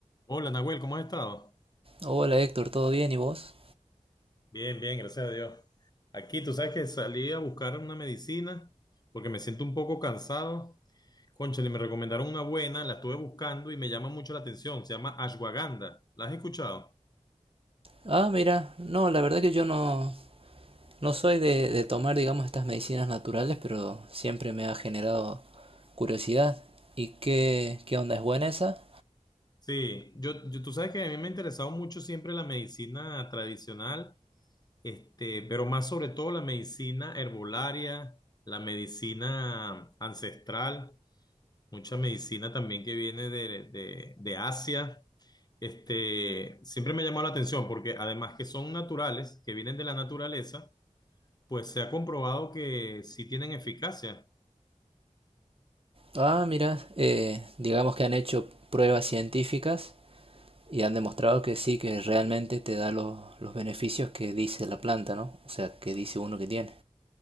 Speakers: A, on the left; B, on the right.
A: Hola Nahuel, ¿cómo has estado?
B: Hola Héctor, ¿todo bien? ¿Y vos?
A: Bien, bien, gracias a Dios. Aquí, tú sabes que salí a buscar una medicina porque me siento un poco cansado. Cónchale, me recomendaron una buena, la estuve buscando y me llama mucho la atención. Se llama ashwagandha. ¿La has escuchado?
B: Ah, mira, no, la verdad que yo no, no soy de, de tomar, digamos, estas medicinas naturales, pero siempre me ha generado curiosidad. ¿Y qué, qué onda? ¿Es buena esa?
A: Sí, yo, yo- tú sabes que a mí me ha interesado mucho siempre la medicina tradicional, este, pero más sobre todo la medicina herbolaria, la medicina ancestral, mucha medicina también que viene de de- de Asia. este, siempre me ha llamado la atención porque además que son naturales, que vienen de la naturaleza, pues se ha comprobado que sí tienen eficacia.
B: Ah, mira, eh, digamos que han hecho pruebas científicas y han demostrado que sí, que realmente te da los, los beneficios que dice la planta, ¿no? O sea, que dice uno que tiene.